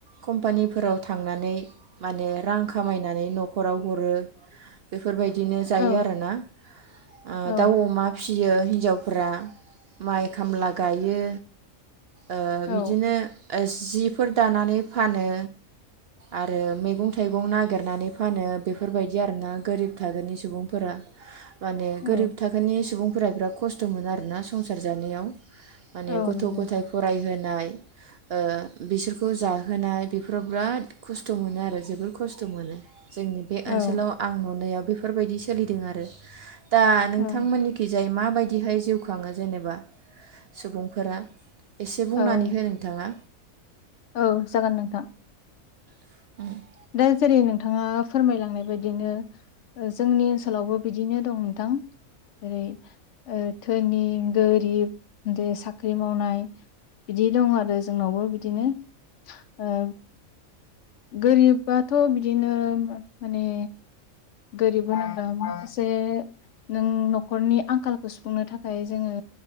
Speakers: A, on the right (about 65°); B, on the left (about 65°).
A: कम्पानिफोराव थांनानै माने रां खामायनानै न'खराव हरो बे बेफोरबायदिनो जायो
B: औ
A: आरोना। आ
B: औ
A: दउ अमा फिस फिसियो हिन्जावफोरा माइ खामला गायो। ओ
B: औ
A: बिदिनो ओस जिफोर दानानै फानो। आरो मैगं-थाइगं नागिरनानै फानो बेफोरबायदि आरोना गोरिब थागोनि सुबुंफोरा। माने गोरिब
B: औ
A: थाखोनि सुबुं फोरा बिराद खस्थ'मोनो आरोना संसार जानायाव। माने
B: औ
A: गथ'-गथाय
B: नंगौ नोंथां
A: फरायहोनाय ओ बिसोरखौ जाहोनाय बेफोराव बिराद खस्थ' मोनो आरो जोबोर खस्थ' मोनो। जोंनि बे
B: औ
A: ओनसोलाव आं नुनायाव बेफोरबायदि सोलिदों आरो। दा नोंथांमोननिखि
B: औ
A: जाय मा बायदिहाय जिउ खाङो जेनेबा सुबुंफोरा? एसे बुंनानै
B: औ
A: हो नोंथाङा।
B: औ जागोन नोंथां।
A: <inaudible>
B: दा जेरै नोंथाङा फोरमायलांनाय बायदिनो जोंनि ओनसोलावबो बिदिनो दं नोंथां। जेरै- ओ धोनि गोरिब देस साख्रि मावनाय बिदि दं आरो जोंनावबो बिदिनो ओ गोरिबाथ' बिदिनो मा-माने गोरिब होनोब्ला माखासे नों न'खरनि आंखालखौ सुफुंनो थाखाय जोङो